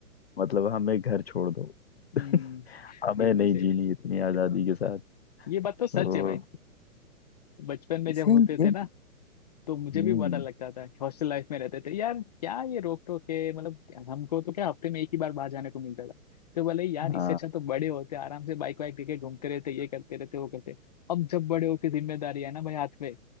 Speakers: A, on the left (about 45°); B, on the left (about 25°).
A: मतलब हमें घर छोड़ दो
B: हम्म
A: <laughs> हमें
B: बिल्कुल
A: नहीं
B: सही
A: जीनी इतनी आजादी के साथ
B: ये बात
A: तो
B: तो सच है भाई बचपन में
A: इसे
B: जब होते
A: ये-
B: थे ना तो मुझे
A: हम्म
B: भी बड़ा डर लगता था हॉस्टल लाइफ में रहते थे यार क्या ये रोक टोक है मतलब हमको तो क्या हफ्ते में एक ही बार बाहर जाने को मिलता था तो बोले यार
A: हाँ
B: इससे अच्छा तो बड़े होते आराम से बाइक वाइक लेके घूमते रहते ये करते रहते वो करते अब जब बड़े होके जिम्मेदारी है ना भाई हाथ में